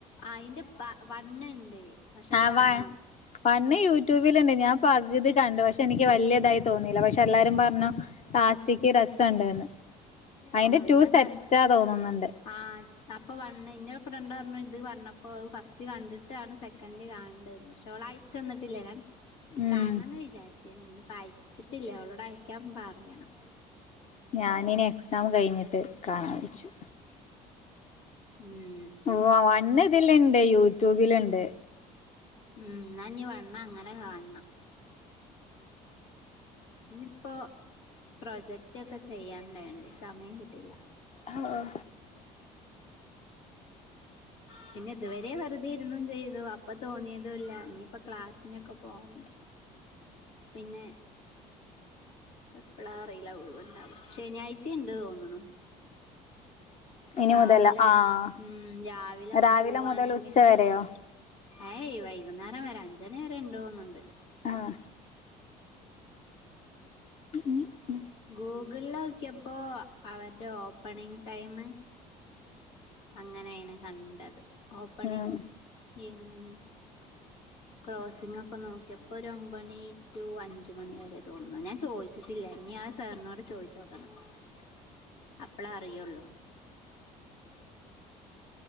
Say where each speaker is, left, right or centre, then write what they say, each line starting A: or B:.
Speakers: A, on the left; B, on the left.
A: ആ അതിന്റെ പ വ ണ്ണ്ണ്ട് പക്ഷെ അത്
B: ആ
A: കാണണം
B: വ വണ്ണ് യൂട്യൂബില്ണ്ട് ഞാൻ പകുതി കണ്ടു പക്ഷെ എനിക്ക് വലിയ ഇതായി തോന്നിയില്ല പക്ഷെ എല്ലാരും പറഞ്ഞു ലാസ്റ്റിക് രസണ്ട്ന്ന് അതിന്റെ
A: ആഹ്
B: ടു
A: ഞാൻ
B: സെറ്റാ
A: കണ്ട
B: തോന്നുന്നുണ്ട്
A: ആ അപ്പൊ വണ്ണ് ഇന്നൊട് ഫ്രണ്ട്പറഞ്ഞു ഇത് പറഞ്ഞപ്പോ ഫസ്റ്റ് കണ്ടിട്ടാണ് സെ കണ്ട് കാണണ്ടന്ന് പക്ഷെ അവള് അയച്ചു തന്നിിട്ടില്ല ഞാൻ
B: ഉം
A: കാണണംന്ന് വിചാരിച്ചേ ഇനി പായിച്ചിട്ടില്ല അവളോട് അയക്കാൻ പറയണം
B: ഞാനിനി എക്സാം കഴിഞ്ഞിട്ട് കാണാൻ വെച്ചു
A: ഉം
B: ഓ വണ്ണ് ഇതില ഇണ്ട് യൂട്യൂബിലുണ്ട്
A: ഉം എന്നാ നീ വണ്ണ് അങ്ങനെ കാണണം ഇനിയിപ്പോൊ പ്രൊജക്റ്റ് ഒക്കെ ചെയ്യാൻ ണ്ടായോണ്ട് സമയം കിട്ടിയില്ല
B: ആഹ്
A: പിന്നെ ഇതുവരെ വെറുതെ ഇരുന്നും ചെയ്തു അപ്പൊ തോന്നിയതുംല്ല ന ഇപ്പൊ ക്ലാസ്സിനൊക്കെ പോവണ്ടേ പിന്നെ എപ്പളാ അറിയില്ല ഒഴിവുണ്ടാവ ശനിയാഴ്ച ച്ചണ്ട് തോന്നണ
B: ഇനി
A: രാവിലെ
B: മുതൽ ആഹ്
A: ഉം രാവിലെ
B: രാവിലെ
A: പോവാവാണെങ്കിൽ
B: മുതൽ ഉച്ച വരെയോ
A: ഏയ് വൈകുന്നേരം വരെ അഞ്ചണി വരെ ണ്ടു തോന്നണ്ട്
B: ആഹ് ഉ ഊ ഉം.
A: ഗൂഗ്ൾളോക്കിയപ്പോ അവര്ടെ ഓപ്പണിംങ് ടൈമ് അങ്ങനേണ് കണ്ടത് ഓപ്പണിങ്
B: ഉം
A: <unintelligible>
B: <inaudible>
A: ക്ലോസിംങ് ഒക്കെ നോക്കിയപ്പോ ഒര ഒമ്പണി ട്ടു അഞ്ചു മണി വരെ തോന്നുന്നു ഞാൻ ചോയ് വച്ച്ട്ടില്ല ഇൻഞ്ഞി ആ സാർനോട് ചോയ്ചൊക്കണം.
B: <inaudible>
A: അപ്പളാ അറിയൊള്ളൂ.